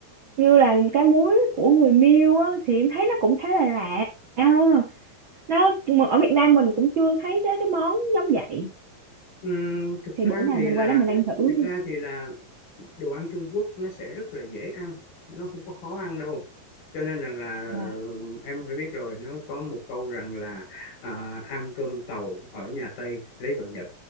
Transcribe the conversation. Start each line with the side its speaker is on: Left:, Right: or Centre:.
Right: như là cá muối của người Miêu á thì em thấy nó cũng khá là lạ Ờ. nó mà ở Việt Nam mình cũng chưa thấy cái cái món giống vậy
Left: Ừm, thực
Right: thì
Left: ra
Right: bữa nào
Left: thì
Right: mình
Left: là
Right: qua đó mình ăn thử
Left: thực
Right: chứ
Left: ra thì là đồ ăn Trung Quốc nó sẽ rất là dễ ăn nó không có khó ăn đâu cho nên rằng là
Right: wow
Left: ờ, em phải biết rồi nó có một câu rằng là à, ăn cơm tàu ở nhà Tây lấy vợ Nhật